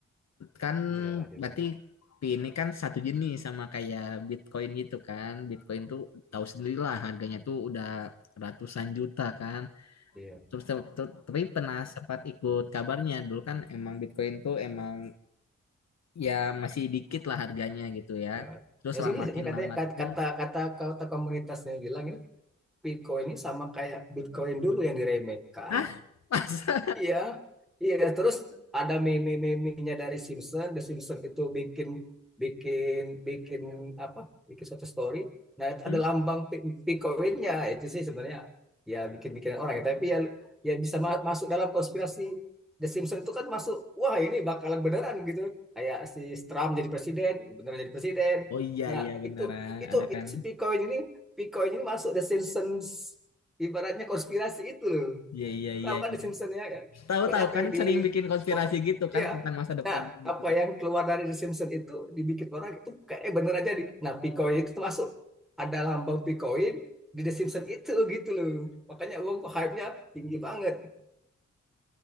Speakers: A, on the left (about 65°); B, in the centre.
A: Kan
B: Iya, delay.
A: berarti pi ini kan satu jenis sama kayak Bitcoin gitu kan. Bitcoin tuh tahu sendirilah harganya tuh udah ratusan juta kan.
B: Iya.
A: Terus ter- ter- tapi pernah sempat ikut kabarnya dulu kan emang Bitcoin tuh emang ya masih dikit lah harganya gitu ya.
B: Nah,
A: Terus
B: ya
A: lah
B: sini
A: makin
B: katanya kata
A: lama tuh
B: kata kata kata komunitasnya bilang ini Bitcoin ini sama kayak Bitcoin dulu yang diremehkan.
A: ah <laughs> masa?
B: Iya, iya. Terus ada meme-memenya dari Simpson. The Simpson itu bikin bikin bikin apa? Bikin suatu story. Nah, itu
A: Hmm?
B: ada lambang pi- Picoinnya itu sih sebenarnya ya bikin-bikin orang ya. Tapi ya ya bisa ma- masuk dalam konspirasi The Simpson itu kan masuk, wah ini bakalan beneran gitu. Kayak si Trump jadi presiden, beneran jadi presiden.
A: Oh iya
B: Nah,
A: iya benar
B: itu
A: ah.
B: itu
A: ada
B: itu
A: kan.
B: si Picoin ini Picoin ini masuk The Simpsons ibaratnya konspirasi itu loh.
A: Iya iya
B: Tahu
A: iya
B: kan The
A: iya.
B: Simpsons ya? ya.
A: Tahu-tahu
B: Pokoknya apa
A: kan
B: yang di
A: sering bikin konspirasi
B: pok-
A: gitu
B: ya
A: kan tentang masa depan
B: apa
A: gitu.
B: yang keluar dari The Simpsons itu dibikin orang itu kayak eh, bener aja di. Nah, Picoin itu termasuk ada lambang Picoin di The Simpsons itu gitu loh. Makanya uang kok hype-nya tinggi banget